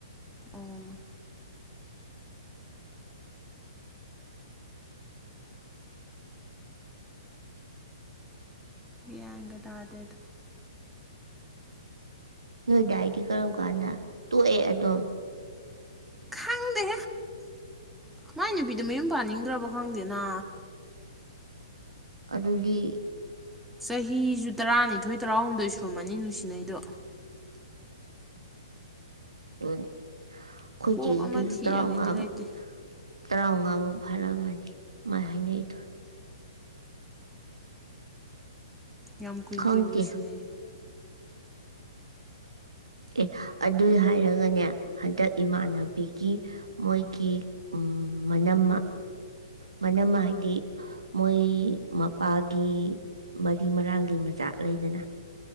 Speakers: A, in the centre; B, on the right.
A: ꯑꯣ ꯌꯦꯒ ꯇꯥꯗꯠ
B: ꯅꯣꯏꯗꯏꯗꯤ ꯀꯔꯝ ꯀꯥꯟꯗ ꯇꯣꯛꯑꯦ ꯑꯗꯨꯝ
A: ꯈꯪꯗꯦ ꯃꯥꯏ ꯅꯨꯄꯤꯗꯨ ꯃꯌꯨꯝ ꯄꯥꯅꯤꯡꯗ꯭ꯔꯕ ꯈꯪꯗꯦꯅ
B: ꯑꯗꯨꯒꯤ
A: ꯆꯍꯤꯁꯨ ꯇꯔꯥꯅꯤꯊꯣꯏ ꯇꯔꯥꯍꯨꯝꯗꯣꯏ ꯁꯨꯔꯨꯝꯃꯅꯤ ꯅꯨꯡꯁꯤ ꯁꯤꯅꯩꯗꯣ
B: ꯎ ꯑꯩꯈꯣꯏ
A: ꯀꯣꯛ
B: ꯆꯗꯁꯨ
A: ꯑꯃ ꯊꯤꯔꯒꯗꯤ
B: ꯇ꯭ꯔ ꯉꯝ
A: ꯂꯩꯇꯦ
B: ꯇꯔꯥꯃꯉꯥꯃꯨꯛ ꯐꯔꯕꯅꯤ ꯃꯥꯏ ꯍꯥꯏꯅꯦ ꯑꯩꯗ
A: ꯌꯥꯝ ꯀꯨꯏꯅ
B: ꯈꯪꯗꯦ
A: ꯀꯨꯏ ꯅꯨꯡꯁꯤꯅꯩ
B: ꯑꯦ ꯑꯗꯨꯏ ꯍꯥꯏꯔꯒꯅꯦ ꯍꯟꯗꯛ ꯏꯃꯥꯟꯅꯕꯤꯒꯤ ꯃꯣꯏ ꯀꯤ ꯃꯅꯝ ꯃꯅꯝ ꯍꯥꯏꯗꯤ ꯃꯣꯏ ꯃꯄꯥꯒꯤ ꯃꯔꯤ ꯃꯔꯥꯡꯒꯤ ꯃꯆꯥꯛ ꯂꯩꯗꯅ